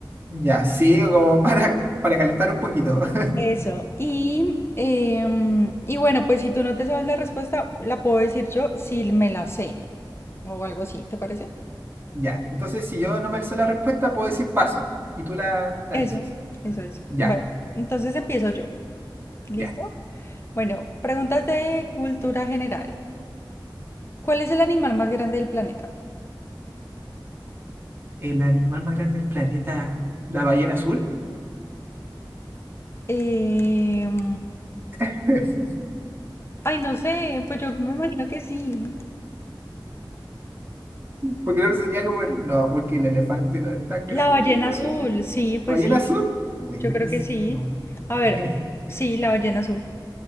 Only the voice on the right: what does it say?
Ya, sí, como para, para calentar un poquito. <laughs>
Ya, entonces si yo no me sé la respuesta, puedo decir paso y tú la, la
dices.
Ya,
ya.
El animal más grande del planeta, la ballena azul.
<laughs>
Porque el otro sería como el... No, porque el elefante no es tan grande
como
el otro.
¿La ballena
azul? Buenísimo.
<laughs>